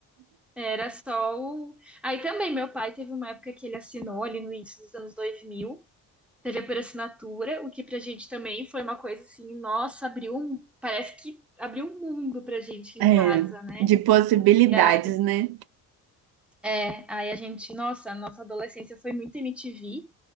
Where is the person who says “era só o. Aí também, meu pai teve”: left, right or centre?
Centre